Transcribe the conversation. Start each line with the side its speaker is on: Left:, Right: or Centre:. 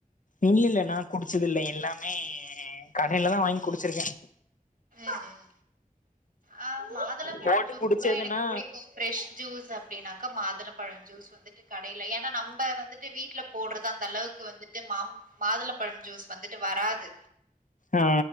Left: இல்ல இல்ல நா குடிச்சது இல்ல நா குடிச்சது இல்ல எல்லாமே கடையிலதா வாங்கி குடிச்சிருக்கே
Right: ம் ஆ மாதுள பழம்
Left: போட்டு
Right: ஜூஸ்
Left: குடிச்சதுன்னா
Right: கூட எனக்கு புடிக்கு ப்ரெஷ் ஜூஸ் அப்படின்னாக்கா மாதுளப்பழம் ஜூஸ் வந்துட்டு கடையில ஏன்னா நம்ம வந்துட்டு வீட்ல போட்றது அந்த அளவுக்கு வந்து மா மாதுளம்பழம் ஜூஸ் வந்துட்டு வராது
Left: ஆ